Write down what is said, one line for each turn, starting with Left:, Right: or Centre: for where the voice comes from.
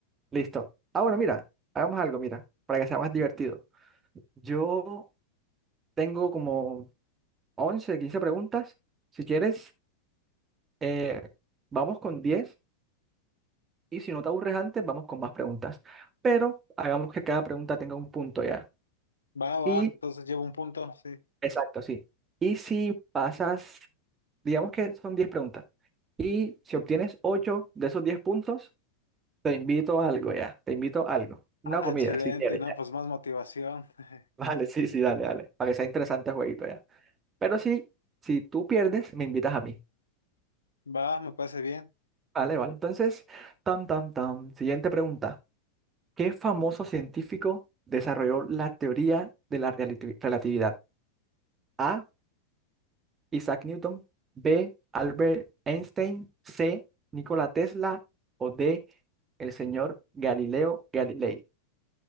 Right: Listo. Ah, bueno, mira, hagamos algo, mira, para que sea más divertido. Yo tengo como 11, 15 preguntas. Si quieres, eh, vamos con diez Y si no te aburres antes, vamos con más preguntas. Pero hagamos que cada pregunta tenga un punto ya.
Left: Va, va,
Right: Y,
Left: entonces llevo un punto, sí.
Right: exacto, sí. Y si pasas Digamos que son 10 preguntas. Y si obtienes 8 de esos 10 puntos, te invito a algo ya. Te invito a algo. Una
Left: Ah,
Right: comida,
Left: excelente,
Right: si quieres
Left: no,
Right: ya.
Left: pues más motivación. <laughs>
Right: <laughs> Vale, sí, sí, dale, dale. Para que sea interesante el jueguito ya. Pero sí, si tú pierdes, me invitas a mí.
Left: Va, me parece bien.
Right: Vale, vale. Entonces, tam, tam, tam. Siguiente pregunta. ¿Qué famoso científico desarrolló la teoría de la relati- relatividad? A. Isaac Newton, B. Albert Einstein, C. Nikola Tesla o D. El señor Galileo Galilei.